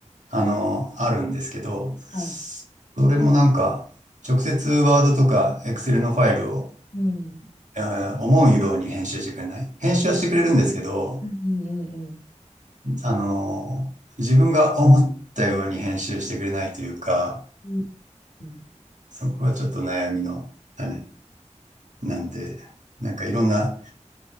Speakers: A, on the right; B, on the left.
A: あの、あるんですけど、それもなんか、
B: はい
A: 直接ワードとかエクセルのファイルを、
B: うん
A: えー思うように編集してくれない。編集はしてくれるんですけど、
B: うんうんうん
A: あの、自分が思ったように編集してくれないというか、
B: うんうん
A: そこがちょっと悩みの種なんで、なんかいろんな、